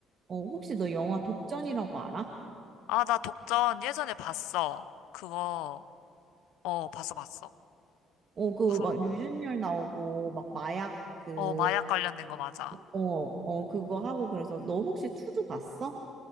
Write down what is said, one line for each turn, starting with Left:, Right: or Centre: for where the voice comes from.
Right: 어, 혹시 너 영화 독전이라고 알아?
Left: 아, 나 독전 예전에 봤어. 그거, 어, 봤어, 봤어.
Right: 어, 그
Left: 무서울
Right: 막
Left: 거.
Right: 류준열 나오고, 막 마약 그,
Left: 어, 마약 관련된 거 맞아.
Right: 어, 어, 그거 하고 그래서 너 혹시 투도 봤어?